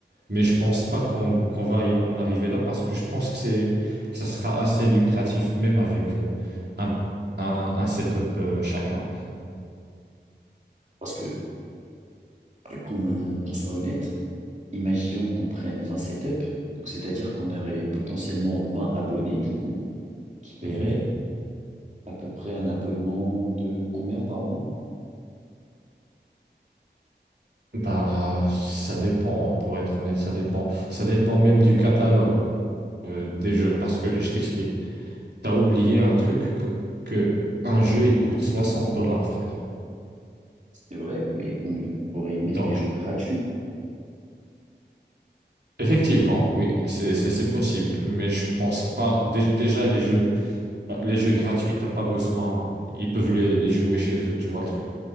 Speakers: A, on the right; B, on the right.
A: Mais je pense pas qu'on qu'on va y en arriver là parce que je pense que c'est, que ça sera assez lucratif, même avec euh, un, un, un setup euh, chacun.
B: Parce que, euh, qu'on qu'on soit honnête, imaginons qu'on prenne 20 setups. Donc, c'est-à-dire qu'on aurait potentiellement 20 abonnés, du coup, qui paieraient
A: Mhm.
B: à peu près un abonnement de combien par mois?
A: Bah, ça dépend, pour être honnête, ça dépend. Ça dépend même du catalogue. euh, des jeux. Parce que je t'explique, t'as oublié un truc que, que un jeu, il coûte 60 dollars, frère.
B: C'est vrai, mais on, on pourrait y mettre
A: Donc,
B: des jeux gratuits.
A: effectivement, oui, c'est c'est- c'est possible. Mais je pense pas. dé- déjà, les jeux, bah, les jeux gratuits, t'as pas besoin. Ils peuvent les, les jouer chez eux, tu vois le truc.